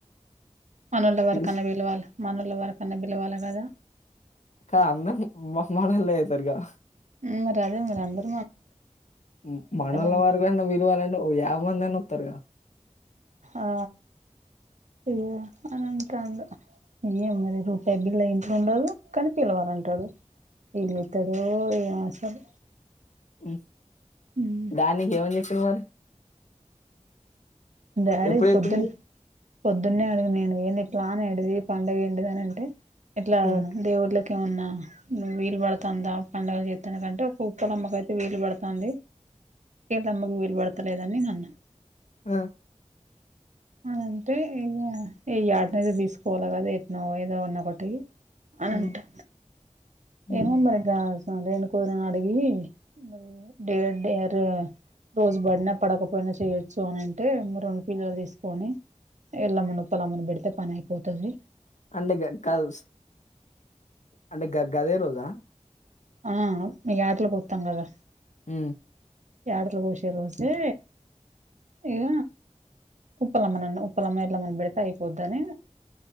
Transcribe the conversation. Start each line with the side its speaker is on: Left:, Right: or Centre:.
Right: మనోల్లవరకన్నా
Left: పిలుస్
Right: పిలవాలే మనలవరకన్నా బిలవాలే కదా?
Left: కా అన్న మొ మొనోళ్ళే అయితారుగా?
Right: మ్ అరే మది అందర్
Left: మ్ మనోల్లవరకన్నా
Right: అంటే
Left: విలువాలంటే ఒక యాభ మంది అన్నా వత్తారు గా?
Right: ఆ ఏ అని అంటాండు. ఏమో మరి రూపాయి బిల్ల ఇంట్లో ఉండదు కానిపిలవాలంటాడు? ఏం చేత్తాడో ఏమో అసలు.
Left: మ్
Right: మ్మ్
Left: దానికి ఏవర్ చెప్పిర్రు మరి?
Right: డాడీ
Left: ఎప్పుడు చెప్పింది
Right: పొద్దున్ పొద్దున్నే అడిగిన నేను ఏంది ఇట్లా ప్లాన్ ఏటిది పండగ ఏంటిది అని అంటే ఇట్లా
Left: ఉమ్,
Right: దేవుళ్ళ కేమన్నా నువ్వు వీలు పడతాందా? పండుగ చేత్తన్నారు అంటే ఒక ఉప్పలమ్మక అయితే వీలు పడతాంది. కేంట్లమ్మకు వీల్ పడతలేదన్ని నన్న
Left: ఆ
Right: అంటే ఇక ఏ యార్డ్ నో తీసుకోవాల కదా ఎట్నో ఏదో ఉన్న ఒకటి అని
Left: ఉమ్,
Right: అంటా
Left: ఉమ్.
Right: ఏమో మరిగ రేణు కూతుర్ను అడిగి మరి డే డేర్రు రోజు బడిన పడకపోయినా చేయ్యొచ్చు అని అంటే మరెండు పిల్లలు తీసుకొని ఎల్లమును ఉప్పలమ్మను పెడితే పని అయిపోతది
Left: అంటే గ గదోస్ అంటే గ గదే రోజా
Right: ఆ మీ యాట్లకు వత్తాం కదా?
Left: ఉమ్
Right: యాగట్లు కోషి రోజే ఇక ఉప్పలమ్మనన్న ఉప్పలమ్మ ఎల్లమను బెడిత అయిపోద్దని